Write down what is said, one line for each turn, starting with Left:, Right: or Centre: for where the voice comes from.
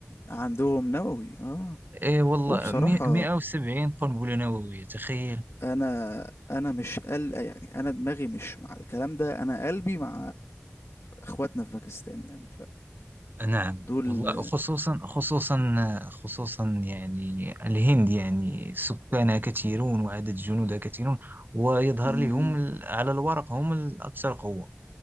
Left: عندهم نووي اه
Right: إيه والله
Left: وبصراحة
Right: مي- 170 قنبلة نووية تخيل
Left: انا انا مش قل يعني انا دماغي مش مع الكلام ده انا قلبي مع اخواتنا في باكستان يعني
Right: نعم
Left: فدول
Right: والله خصوصا خصوصا خصوصا يعني الهند يعني سكانها كثيرون وعدد جنودها كثيرون ويظهر
Left: مم،
Right: لي هم ال- على الورق هم الأكثر قوة